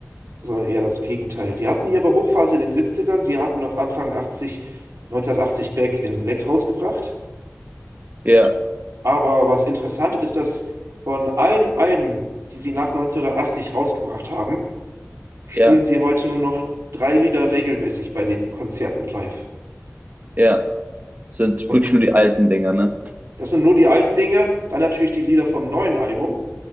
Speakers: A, on the right; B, on the right.
A: sondern eher das Gegenteil. Sie hatten ihre Hochphase in den Siebzigern sie hatten noch Anfang 80, 1980 Back in Black rausgebracht.
B: ja,
A: Aber was interessant ist, dass von allen Alben, die sie nach 1980 rausgebracht haben, spielen
B: ja,
A: sie heute nur noch drei Lieder regelmäßig bei den Konzerten live.
B: ja. Sind
A: Und
B: wirklich nur die alten Dinger, ne?
A: Das sind nur die alten Dinger, dann natürlich die Lieder vom neuen Album.